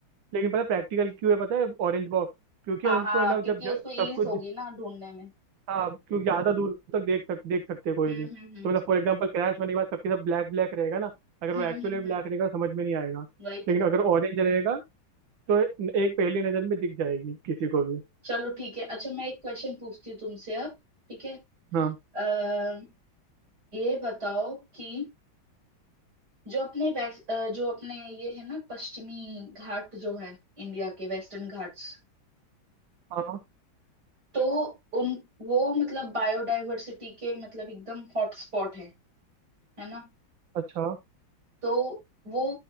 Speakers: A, on the right (about 70°); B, on the right (about 50°).
A: लेकिन पता है प्रैक्टिकल क्यों है पता है ऑरेंज बॉक्स क्योंकि
B: हाँ
A: उनको
B: हाँ
A: है ना
B: क्योंकि
A: जब ज-
B: उसको ईज
A: सब कुछ
B: होगी ना ढूंढने में
A: हाँ क्योंकि ज़्यादा दूर तक देख सक देख सकते हैं कोई
B: हम्म
A: भी तो
B: हम्म हम्म
A: मतलब फॉर एग्जाम्पल क्रैश होने के बाद सबके सब ब्लैक ब्लैक रहेगा ना अगर
B: हम्म
A: वो एक्चुअली
B: हम्म
A: ब्लैक
B: हम्म,
A: रहेगा समझ में नहीं आएगा
B: वही तो
A: लेकिन अगर ऑरेंज रहेगा तो एक पहली नजर में दिख जाएगी किसी को भी
B: चलो ठीक है अच्छा मैं एक क्वेश्चन पूछती हूँ तुमसे अब ठीक है
A: हाँ
B: अः ये बताओ कि जो अपने वेस्ट अ, जो अपने ये है ना पश्चिमी घाट जो है इंडिया के वेस्टर्न घाट्स
A: हाँ
B: तो उन वो मतलब बायोडायवर्सिटी के मतलब एकदम हॉटस्पॉट है है ना
A: अच्छा
B: तो वो